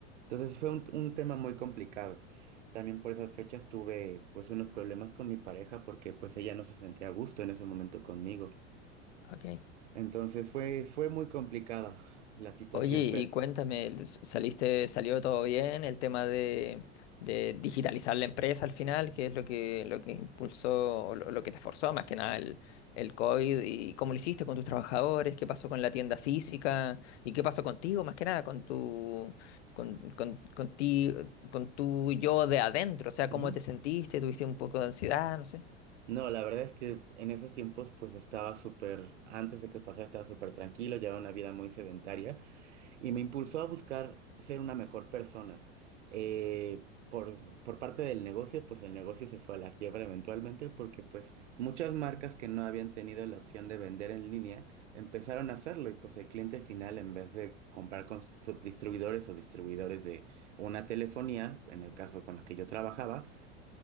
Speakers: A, on the right; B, on the left.
A: Entonces fue un, un tema muy complicado. También por esas fechas tuve pues unos problemas con mi pareja porque pues ella no se sentía a gusto en ese momento conmigo.
B: Ok.
A: Entonces fue, fue muy complicada la situación,
B: Oye, y
A: pero...
B: cuéntame, s- ¿saliste, salió todo bien? El tema de, de digitalizar la empresa al final, qué es lo que, lo que impulsó, o lo, lo que te forzó más que nada el, el COVID, y cómo lo hiciste con tus trabajadores, qué pasó con la tienda física, y qué pasó contigo más que nada, con tu, con, con, con ti, con tu yo de adentro, o sea,
A: Ujú.
B: cómo te sentiste, tuviste un poco de ansiedad, no sé.
A: No, la verdad es que en esos tiempos pues estaba súper, antes de que pasara estaba súper tranquilo, llevaba una vida muy sedentaria. y me impulsó a buscar ser una mejor persona. Eh, por, por parte del negocio, pues el negocio se fue a la quiebra eventualmente porque pues muchas marcas que no habían tenido la opción de vender en línea empezaron a hacerlo y pues el cliente final en vez de comprar con subdistribuidores o distribuidores de una telefonía, en el caso con la que yo trabajaba,